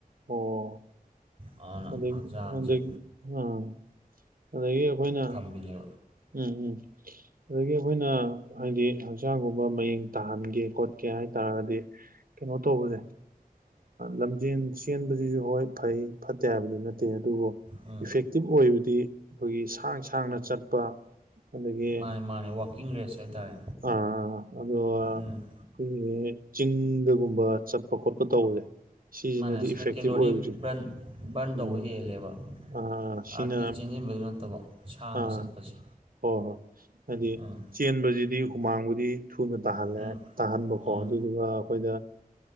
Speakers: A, on the right; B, on the right.
A: ꯑꯣ
B: ꯑꯗꯨꯅ
A: ꯑꯗꯒꯤ
B: ꯍꯛꯆꯥꯡꯁꯦ
A: ꯑꯗꯒꯤ ꯑꯥ ꯑꯗꯒꯤ ꯑꯩꯈꯣꯏꯅ
B: ꯕꯤꯅꯤ
A: ꯎꯝ ꯎꯝ ꯑꯗꯒꯤ ꯑꯩꯈꯣꯏꯅ ꯍꯥꯏꯗꯤ ꯍꯛꯆꯥꯡꯒꯨꯝꯕ ꯃꯌꯦꯡ ꯇꯥꯍꯟꯒꯦ ꯈꯣꯠꯀꯦ ꯍꯥꯏꯇꯥꯔꯒꯗꯤ ꯀꯩꯅꯣ ꯇꯧꯕꯅꯦ ꯂꯝꯖꯦꯟ ꯆꯦꯟꯕꯗꯨꯁꯨ ꯍꯣꯏ ꯐꯩ ꯐꯠꯇꯦ ꯍꯥꯏꯕꯗꯤ ꯅꯠꯇꯦ ꯑꯗꯨꯕꯨ
B: ꯎꯝ
A: ꯏꯐꯦꯛꯇꯤꯞ ꯑꯣꯏꯕꯗꯤ ꯑꯩꯈꯣꯏꯒꯤ ꯁꯥꯡ ꯁꯥꯡꯅ ꯆꯠꯄ ꯑꯗꯒꯤ
B: ꯃꯥꯅꯦ ꯃꯥꯅꯦ ꯋꯥꯛꯀꯤꯡ ꯔꯦꯁ ꯍꯥꯏꯇꯥꯔꯦ
A: ꯑ ꯑꯗꯣ ꯑꯩꯈꯣꯏꯒꯤ
B: ꯎꯝ
A: ꯆꯤꯡꯗꯒꯨꯝꯕ ꯆꯠꯄ ꯈꯣꯠꯄ ꯇꯧꯕꯁꯦ ꯁꯤꯁꯤꯅꯗꯤ
B: ꯃꯥꯅ ꯑꯁꯤꯅ
A: ꯏꯐꯦꯛꯇꯤꯞ
B: ꯀꯦꯂꯣꯔꯤ
A: ꯑꯣꯏꯕꯁꯦ
B: ꯕꯔꯟ ꯕꯔꯟ ꯇꯧꯕ
A: ꯎꯝ
B: ꯍꯦꯜꯂꯦꯕ
A: ꯑ
B: ꯉꯥꯏꯍꯥꯛꯀꯤ
A: ꯁꯤꯅ
B: ꯆꯦꯟꯁꯤꯟꯕꯗꯨ ꯅꯠꯇꯕ ꯁꯥꯡꯅ
A: ꯑꯥ ꯍ
B: ꯆꯠꯄꯁꯦ
A: ꯍꯣꯏ ꯍꯥꯏꯗꯤ
B: ꯎꯝ
A: ꯆꯦꯟꯕꯁꯤꯗꯤ ꯍꯨꯃꯥꯡꯕꯨꯗꯤ ꯊꯨꯅ ꯇꯥꯍꯜꯂꯦ
B: ꯎꯝ
A: ꯇꯥꯍꯟꯕꯀꯣ
B: ꯎꯝ
A: ꯑꯗꯨ ꯑꯗꯨꯒ ꯑꯩꯈꯣꯏꯅ